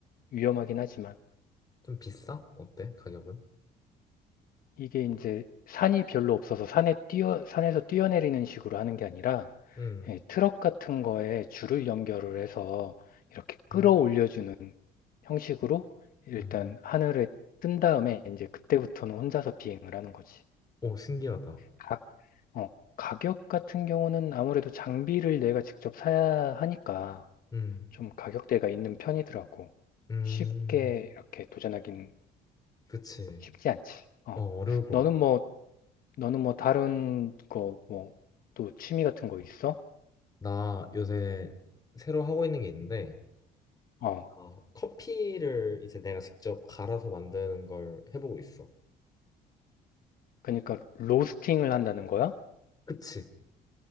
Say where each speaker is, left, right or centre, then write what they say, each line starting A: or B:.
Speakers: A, on the left (about 55°); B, on the left (about 20°).
A: 위험하긴 하지만.
B: 좀 비싸? 어때? 가격은?
A: 이게 이제 산이 별로 없어서 산에 뛰어, 산에서 뛰어내리는 식으로 하는 게 아니라,
B: 음.
A: 예, 트럭 같은 거에 줄을 연결을 해서 이렇게 끌어올려주는
B: 음.
A: 형식으로 일단
B: 어,
A: 하늘에 뜬 다음에 이제 그때부터는 혼자서 비행을 하는 거지.
B: 오, 신기하다.
A: 가 어, 가격 같은 경우는 아무래도 장비를 내가 직접 사야 하니까
B: 음,
A: 좀 가격대가 있는 편이더라고.
B: 음,
A: 쉽게 이렇게 도전하긴
B: 그치.
A: 쉽지 않지. 어.
B: 어, 어려울 것
A: 너는
B: 같아.
A: 뭐, 너는 뭐 다른 거, 뭐, 또 취미 같은 거 있어?
B: 나 요새 새로 하고 있는 게 있는데,
A: 어.
B: 아, 커피를 이제 내가 직접 갈아서 만드는 걸 해보고 있어.
A: 그러니까 로스팅을 한다는 거야?
B: 그치.